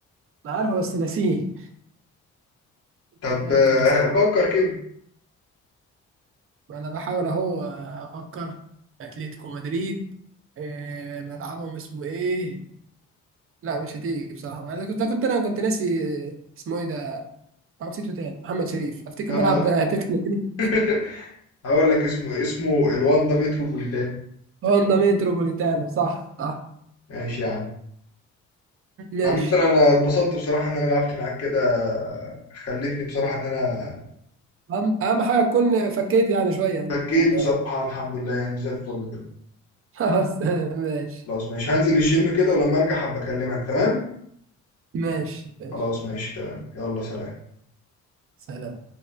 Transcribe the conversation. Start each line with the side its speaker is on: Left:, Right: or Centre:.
Right: انا عارفه بس ناسيه
Left: طب
Right: مش فاكر
Left: آه،
Right: بصراحه
Left: فكر كده
Right: انا بحاول اهو آه، افكر اتلتيكو مدريد آه، ملعبهم اسمه ايه لا مش هتيجي بصراحه انا كنت كنت انا كنت ناسي اسمه ايه ده أنا نسيته تاني محمد شريف افتكر
Left: اه
Right: ملعب اتلتيكو مدريد
Left: <laughs> هقول لك اسمه اسمه الواندا متروبوليتان
Right: هوندا متروبوليتانو صح صح
Left: ماشي يا عم
Right: ماشي
Left: عامة انا اتبسطت بصراحة ان انا لعبت معاك كده خلتني بصراحة ان انا
Right: اهم أهم حاجه تكون فكيت يعني شويه من
Left: فكيت
Right: من-
Left: بصراحة الحمد لله يعني زي الفل كده
Right: <laughs> خلاص ماشي
Left: خلاص ماشي هنزل الجيم كده ولما ارجع هبقى اكلمك تمام
Right: ماشي ماشي
Left: خلاص ماشي تمام يلا سلام
Right: سلام